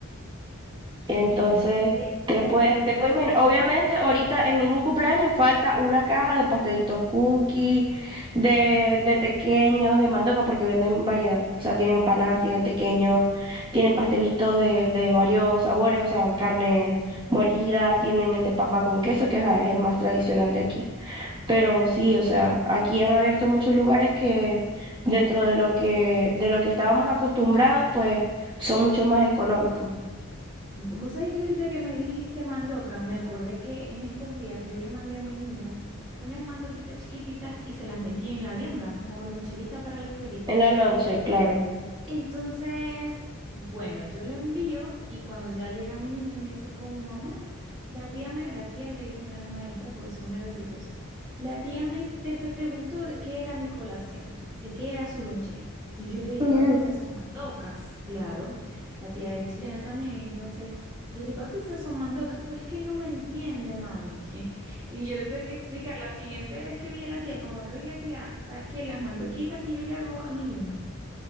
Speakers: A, on the right; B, in the centre.
A: Entonces,
B: Imagínate
A: te
B: complementarlo
A: puedes, te puedes imaginar.
B: con
A: Obviamente, ahorita en ningún cumpleaños falta una caja de pastelitos cookie, de, de tequeños, de mandoca, porque venden variedad. O sea, tienen empanadas, tienen tequeños, tienen pastelitos de, de varios sabores, o sea, carne molida, tienen el de papa con queso, que ajá, es el más tradicional de aquí. Pero sí, o sea, aquí han abierto muchos lugares que dentro de lo que, de lo que estábamos acostumbrados, pues son mucho más económicos.
B: Vos sabés que ahorita que me dijiste mandoca, me acordé que en estos días yo le mandé a mi niño unas mandoquitas chiquititas y se las metí en la vianda, en la loncherita para la escuelita.
A: En la lonche, claro.
B: Entonces, bueno, yo lo envío y cuando ya llega mi niño me dice como mamá, la tía me, la tía le dicen a las maestras porque son bebecitos, la tía me, me pre- preguntó de qué era mi colación, de qué era su lonchera. Y yo le dije,
A: <laughs>
B: papi, esas son mandocas, claro. La tía es chilena también, entonces yo le dije, papi, esas son mandocas, pero es que no me entiende, mami. <laughs> Y yo le tuve que explicar la siguiente vez que vi a la tía, como que, oye, tía, ¿sabes qué? Las mandoquitas que yo le hago a mi niño.